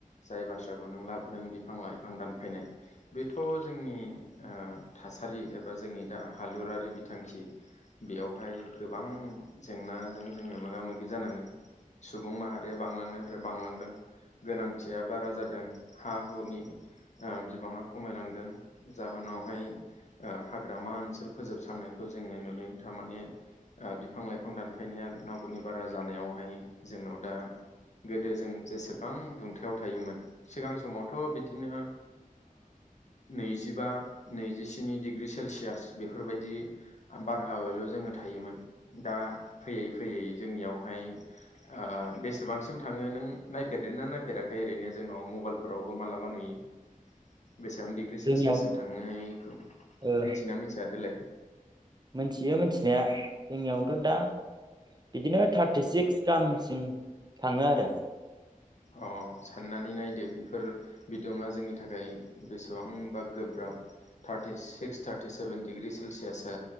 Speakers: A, on the left; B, on the right.
A: जाय बाथ्राखौ नों लाबोदों बिफां लाइफां दानफायनाय बेथ' जोंनि ओ थासारि एबा जोंनि दा हालुरारि बिथांखि बेयावहाय गोबां जेंनाजों जोङो मोगा मोगि जानाङो सुबुं माहारिया बांलांनायनिफ्राय बांलांदों गोनांथिया बारा जादों हा हुनि ओ बिबाङा खमायलांदों जाहोनावहाय ओ हाग्रामा ओनसोल फोजोबस्रांनायखौ जोङो नुनो थारमाने बिफां लाइफां बिफां दानफायनाया नांगौनि बारा जानायावहाय जोंनाव दा गोदो जों जेसेबां दुंथाइयाव थायोमोन सिगां समावथ' बिदिनो नैजिबा नैजिस्नि डिग्रि सेलसियास बेफोरबायदि बारहावायावल' जोङो थायोमोन दा फैयै फैयै जोंनियावहाय ओ बेसेबांसिम थाङो नों नायफेरदों नायफेराखै ओरैनो जोंनाव मबाइलफोरावबो मालाबा नुयो बेसेबां डिग्रि
B: जोंनियाव
A: सेलसियाससिम थांनायखौ
B: ओ
A: मिथियो ना मिथिया देलाय
B: मोनथियो मोनथिनाया जोंनियावथ' दा बिदिनो थार्टिसिक्स गामसिम थाङो आरो
A: अ साननानै नायदो बिफोर बिदुङा जोंनि थाखाय बेसेबांबा गोब्राब थार्टिसिक्स थार्टिसेभेन डिग्रि सेलसियासा